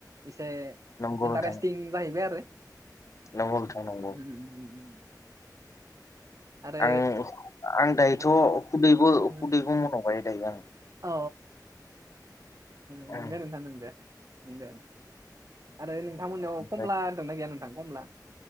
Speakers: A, on the right; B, on the left.
A: एसे
B: नंगौ
A: इन्टारेस्टिं
B: नोंथां
A: जाहैबाय आरो
B: नंगौ नोंथां नंगौ
A: <unintelligible> आरो
B: आं आं दायोथ'
A: आरो
B: खुदैबो
A: उम,
B: खुदैबो मन'बाय दायो आं।
A: अ उम
B: आं
A: नंगो नोंथां नंगो नंगो। आरो नोंथांमोननाव कमला
B: ओमफ्राय
A: दंना गैया नोंथां कमला?